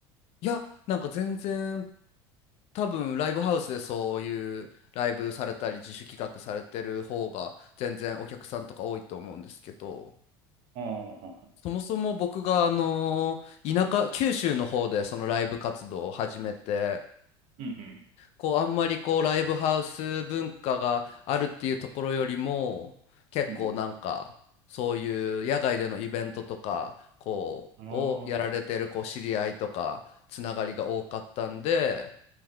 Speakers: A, on the left; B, on the right.
A: いや、なんか全然多分ライブハウスでそういうライブされたり自主企画されてる方が全然お客さんとか多いと思うんですけど
B: あ、
A: そもそも僕があの田舎九州の方でそのライブ活動を始めて
B: うんうん。
A: こうあんまりこうライブハウス文化があるっていうところよりも結構なんかそういう野外でのイベントとかこうをやられてるこう知り合いとかつながりが多かったんで。
B: うんうん。あ